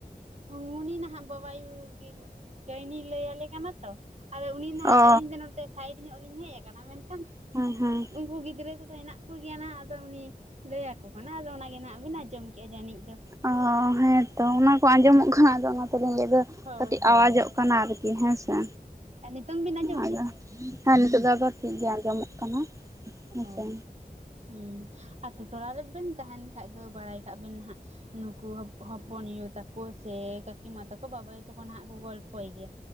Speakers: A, on the right; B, on the right.
A: ᱚ ᱩᱱᱤ ᱱᱟᱦᱟᱸᱜ ᱵᱟᱵᱟᱭᱩ ᱜᱤ ᱠᱟᱹᱭᱱᱤ ᱞᱟᱹᱭ ᱟᱞᱮ ᱠᱟᱱᱟ ᱛᱚ ᱟᱫᱚ ᱩᱱᱤ ᱱᱟᱸᱜ
B: ᱚ
A: ᱟᱹᱞᱤᱧ ᱫᱚ ᱱᱚᱛᱮ ᱥᱟᱭᱤᱰ ᱧᱚᱜ ᱞᱤᱧ ᱦᱮᱡ ᱟᱠᱟᱱᱟ ᱢᱮᱱᱠᱷᱟᱱ
B: ᱦᱮᱸ ᱦᱮᱸ
A: ᱩᱱᱠᱩ ᱜᱤᱫᱽᱨᱟᱹ ᱠᱚ ᱦᱮᱱᱟᱜ ᱠᱚᱜᱮᱭᱟ ᱟᱫᱚ ᱩᱱᱤ ᱞᱟᱹᱭᱟ ᱠᱚ ᱠᱟᱱᱟᱭ ᱟᱫᱚ ᱚᱱᱟᱜᱮ ᱱᱟᱜ ᱵᱤᱱ ᱟᱸᱡᱚᱢ ᱠᱤᱭᱟ ᱡᱟᱹᱱᱤᱡ ᱫᱚ
B: ᱚ ᱦᱮᱸᱛᱚ ᱚᱱᱟ ᱠᱚ ᱟᱸᱡᱚᱢᱚᱜ ᱠᱷᱟᱱ ᱟᱫᱚ ᱚᱱᱟ <inaudible> ᱫᱚ
A: ᱦᱳᱭ
B: ᱠᱟᱹᱴᱤᱡ
A: ᱦᱳᱭ
B: ᱟᱣᱟᱡᱚᱜ ᱠᱟᱱᱟ ᱟᱨᱠᱤ ᱦᱮᱸ ᱥᱮ
A: ᱟᱨ ᱱᱤᱛᱚᱝ ᱵᱤᱱ ᱟᱸᱡᱚᱢᱮᱜᱼᱟ?
B: ᱟᱫᱚ ᱦᱮᱸ ᱱᱤᱛᱚᱜ ᱫᱚ ᱟᱫᱚ ᱴᱷᱤᱠᱜᱮ ᱟᱸᱡᱚᱢᱚᱜ ᱠᱟᱱᱟ ᱦᱮᱸᱥᱮ
A: ᱚ ᱦᱩᱸ ᱟᱛᱳ ᱴᱚᱞᱟ ᱨᱮᱵᱮᱱ ᱛᱟᱦᱮᱱ ᱠᱷᱟᱡ ᱫᱚ ᱵᱟᱲᱟᱭ ᱠᱟᱜ ᱵᱮᱱ ᱦᱟᱸᱜ ᱱᱩᱠᱩ ᱦᱚᱯᱚᱱᱭᱩ ᱛᱟᱠᱚ ᱥᱮ ᱠᱟᱹᱠᱤᱢᱟ ᱛᱟᱠᱚ ᱵᱟᱵᱟᱭᱩ ᱛᱟᱠᱚ ᱦᱟᱸᱜ ᱠᱚ ᱜᱚᱞᱯᱚᱭ ᱜᱮᱭᱟ